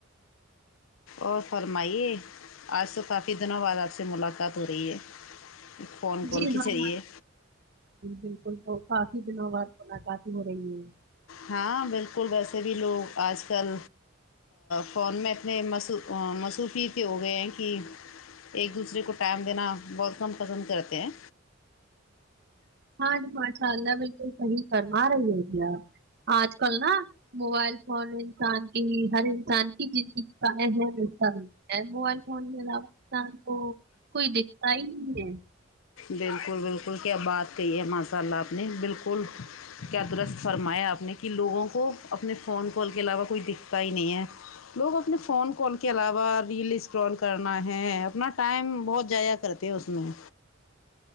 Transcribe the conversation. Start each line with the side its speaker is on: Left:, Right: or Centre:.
Left: اور فرمائیے آج تو کافی دنوں بعد آپ سے ملاقات ہو رہی ہے فون کال
Right: جی
Left: کے
Right: ہاں
Left: ذریعے
Right: بالکل تو کافی دنوں بعد ملاقات ہو رہی ہے
Left: ہاں بالکل ویسے بھی لوگ آج کل فون میں اتنے مص مصروف کے ہو گئے ہیں کہ ایک دوسرے کو ٹائم دینا بہت کم پسند کرتے ہیں
Right: ہاں جی ماشاء اللہ بالکل صحیح فرما رہی ہے کیا آج کل نہ موبائل فون انسان کی ہی ہر انسان کی زندگی کا اہم حصہ ہے ا موبائل فون کے علاوہ انسان کو کوئی دکھتا ہی نہیں ہے
Left: بالکل بالکل کیا بات کہی ہے ماشاء اللہ آپ نے بالکل کیا درست فرمایا آپ نے کہ لوگوں کو اپنے فون کال کے علاوہ اور کوئی دکھتا ہی نہیں ہے لوگ اپنے فون کال کے علاوہ ریل اسکرال کرنا ہے اپنا ٹائم بہت جیا کرتے اس میں